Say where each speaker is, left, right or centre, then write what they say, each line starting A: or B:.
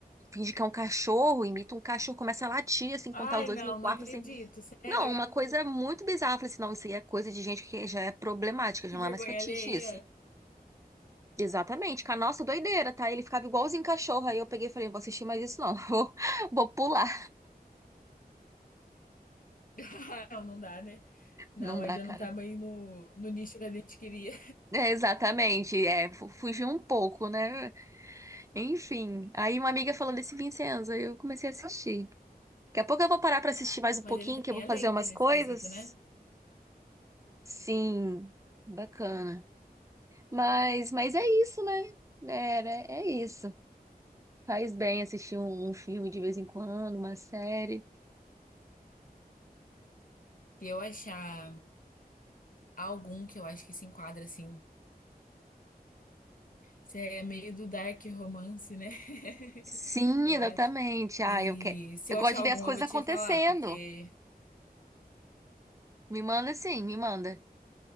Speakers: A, on the right; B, on the left.
A: finge que é um cachorro, imita um cachorro, começa a latir, assim,
B: Ai,
A: contar os dois
B: não,
A: no quarto,
B: não acredito,
A: assim.
B: sério?
A: Não, uma coisa muito bizarra. Eu falei assim, não, isso aí é coisa de gente que já é problemática,
B: Que
A: já não é
B: vergonha
A: mais fetiche
B: alheia.
A: isso. Exatamente, com a nossa doideira, tá? Ele ficava igualzinho cachorro. Aí eu peguei e falei, não vou assistir mais isso não, <laughs> vou, vou pular.
B: <laughs> Não, não dá, né? Não,
A: Não dá,
B: aí já
A: cara.
B: não tá bem no, no nicho que a gente queria.
A: É, exatamente, é, fu- fugiu um pouco, né? Enfim, aí uma amiga falou desse Vincenzo, aí eu comecei a assistir. Daqui a pouco eu vou parar pra assistir mais um
B: Mas
A: pouquinho,
B: ele também
A: que eu vou
B: é
A: fazer
B: lento
A: umas
B: nesse
A: coisas.
B: quesito, né?
A: Sim, bacana. Mas, mas é isso, né? Era, é isso. Faz bem assistir um, um filme de vez em quando, uma série.
B: Se eu achar algum que eu acho que se enquadra assim, se é meio do dark romance, né? <laughs>
A: Sim,
B: Eu
A: exatamente.
B: acho.
A: Ah,
B: E
A: eu quero.
B: se
A: Eu
B: eu
A: gosto
B: achar
A: de
B: algum,
A: ver as coisas
B: eu vou
A: acontecendo.
B: te falar, porque
A: Me manda sim, me manda.